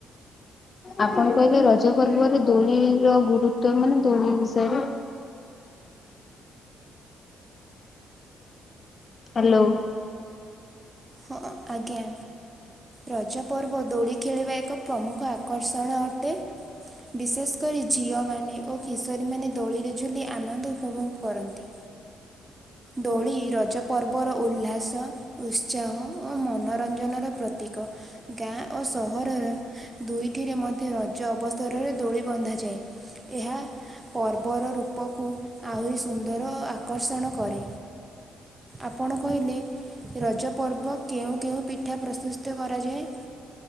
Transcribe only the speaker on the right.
ହଁ, ଆଜ୍ଞା। ରଜ ପର୍ବ ଦୋଳି ଖେଳିବା ଏକ ପ୍ରମୁଖ ଆକର୍ଷଣ ଅଟେ। ବିଶେଷ କରି ଝିଅମାନେ ଓ କିଶୋରୀମାନେ ଦୋଳିରେ ଝୁଲି ଆନନ୍ଦ ଉପଭୋଗ କରନ୍ତି। ଦୋଳି ରଜ ପର୍ବର ଉଲ୍ଲାସ। ଉତ୍ସାହ ଓ ମନୋରଞ୍ଜନର ପ୍ରତୀକ। ଗାଁ ଓ ସହରର ଦୁଇଟିରେ ମଧ୍ୟ ରଜ ଅବସରରେ ଦୋଳି ବନ୍ଧାଯାଏ। ଏହା ପର୍ବର ରୂପକୁ ଆହୁରି ସୁନ୍ଦର ଆକର୍ଷଣ କରେ। ଆପଣ କହିଲେ ରଜ ପର୍ବ କେଉଁ କେଉଁ ପିଠା ପ୍ରସ୍ତୁସ୍ଥ କରାଯାଏ?